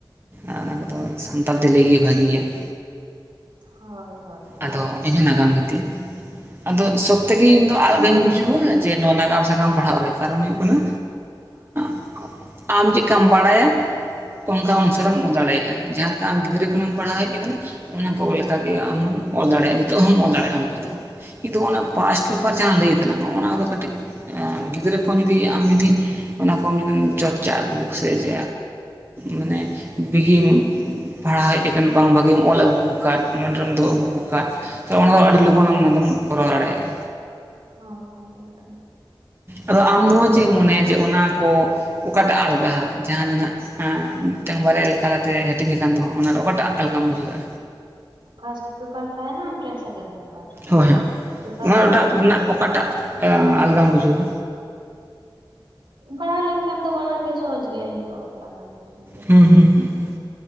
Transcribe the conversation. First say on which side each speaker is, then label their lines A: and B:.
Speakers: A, on the right; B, on the right.
A: ᱟᱨ ᱚᱱᱟ ᱠᱚᱫᱚ ᱥᱟᱱᱛᱟᱲᱛᱮ ᱞᱟᱹᱭᱜᱮ ᱵᱷᱟᱹᱜᱤᱭᱟ ᱾
B: ᱦᱳᱭ ᱦᱳᱭ ᱾
A: ᱟᱫᱚ ᱤᱧᱦᱚᱸ ᱱᱟᱜᱟᱢ ᱜᱤᱛᱤᱧ ᱟᱫᱚ ᱥᱚᱵᱽ ᱛᱮᱜᱤᱧ ᱛᱚ ᱟᱞᱤᱧ ᱵᱩᱡᱷᱟᱹᱣᱟ ᱡᱮ ᱱᱚᱣᱟ ᱱᱟᱜᱟᱢ ᱥᱟᱠᱟᱢ ᱯᱟᱲᱦᱟᱣ ᱨᱮ ᱠᱟᱨᱚᱱ ᱦᱩᱭᱩᱜ ᱠᱟᱱᱟ ᱾ ᱟᱢ ᱪᱮᱫᱠᱟᱢ ᱵᱟᱲᱟᱭᱟ? ᱚᱱᱠᱟ ᱚᱱᱥᱟᱨᱮᱢ ᱚᱞ ᱫᱟᱲᱮᱭᱟᱜᱼᱟ ᱾ ᱡᱟᱦᱟᱸ ᱞᱮᱠᱟ ᱟᱢ ᱜᱤᱫᱽᱨᱟᱹ ᱠᱷᱚᱱᱮᱢ ᱯᱟᱲᱦᱟᱣ ᱦᱮᱡ ᱟᱠᱟᱱᱟ ᱾ ᱚᱱᱟ ᱠᱚ ᱞᱮᱠᱟᱜᱮ ᱟᱢᱦᱚᱢ ᱚᱞ ᱫᱟᱲᱮᱭᱟᱜᱼᱟ, ᱱᱤᱛᱚᱜ ᱦᱚᱢ ᱚᱞ ᱫᱟᱲᱮᱭᱟᱜᱼᱟ ᱚᱱᱠᱟ ᱫᱚ ᱾ ᱠᱤᱱᱛᱩ
B: ᱦᱳᱭ
A: ᱚᱱᱟ ᱯᱟᱥᱴ ᱚᱯᱟᱨ ᱡᱟᱦᱟᱸ ᱞᱟᱹᱭ ᱛᱟᱞᱟᱝᱼᱟ ᱚᱱᱟ ᱠᱚᱫᱚ ᱠᱟᱹᱴᱤᱡ ᱜᱤᱫᱽᱨᱟᱹ ᱠᱷᱚᱱ ᱡᱩᱫᱤ ᱟᱢ ᱡᱩᱫᱤ ᱚᱱᱟ ᱠᱚ ᱡᱫᱢ ᱪᱚᱨᱪᱟ ᱟᱹᱜᱩ ᱥᱮ ᱡ ᱢᱟᱱᱮ ᱵᱤᱜᱤᱼᱼ ᱯᱟᱲᱦᱟᱣ ᱦᱮᱡ ᱟᱠᱟᱱ ᱵᱟᱝ ᱵᱷᱟᱜᱤᱢ ᱚᱞ ᱟᱹᱜᱩ ᱟᱠᱟᱫ ᱢᱟᱨᱚᱢ ᱫᱚᱦᱳ ᱟᱹᱜᱩ ᱠᱟᱜ ᱛᱚ ᱚᱱᱟᱫᱚ ᱟᱹᱰᱤ ᱞᱚᱜᱚᱱᱮᱢ ᱠᱚᱨᱟᱣ ᱫᱟᱲᱮᱭᱟᱜᱼᱟ
B: ᱦᱳᱭ ᱦᱳᱭ ᱮᱠᱫᱚᱢ
A: ᱟᱫᱚ ᱟᱢ ᱱᱚᱣᱟ ᱪᱮᱫ ᱮᱢ ᱢᱚᱱᱮᱭᱟ ᱡᱮ ᱚᱱᱟ ᱠᱚ ᱚᱠᱟᱴᱟᱜ ᱟᱞᱜᱟᱦᱟ ᱡᱟᱦᱟᱸ ᱫᱚ ᱦᱟᱸᱜ ᱢᱤᱫᱴᱟᱝ ᱵᱟᱨᱭᱟ ᱞᱮᱠᱟᱛᱮ ᱦᱟᱹᱴᱤᱧ ᱟᱠᱟᱱ ᱫᱚ ᱚᱱᱟ ᱚᱠᱟᱴᱟᱜ ᱟᱞᱠᱟᱢ ᱵᱩᱡᱷᱟᱹᱣᱼᱟ
B: ᱯᱷᱟᱥᱴ ᱯᱮᱯᱟᱨ ᱛᱟᱦᱮᱱᱟ ᱟᱨ ᱢᱤᱫᱴᱟᱝ ᱥᱮᱠᱮᱱᱰ ᱯᱮᱯᱟᱨ
A: ᱦᱳᱭ ᱦᱟᱸ
B: ᱯᱮᱯᱟᱨ
A: ᱚᱱᱟ
B: ᱳᱣᱟᱱ
A: ᱴᱟᱜ
B: ᱯᱮᱯᱟᱨ
A: ᱨᱮᱱᱟᱜ
B: ᱴᱩ
A: ᱚᱠᱟᱴᱟᱜ ᱟᱞᱜᱟᱢ ᱵᱩᱡᱷᱟᱹᱣᱟ
B: ᱯᱟᱲᱦᱟᱣ ᱞᱮᱱᱠᱷᱟᱱ ᱫᱚ ᱵᱟᱱᱟᱨ ᱜᱮ ᱥᱚᱦᱚᱡᱽ ᱜᱮᱭᱟ ᱤᱧ ᱫᱚ ᱵᱟᱱᱟᱨ ᱜᱮ ᱴᱷᱤᱠ ᱜᱮᱭᱟ
A: ᱦᱩᱸ
B: ᱛᱤᱧ
A: ᱦᱩᱸ ᱦᱩᱸ ᱦᱩᱸ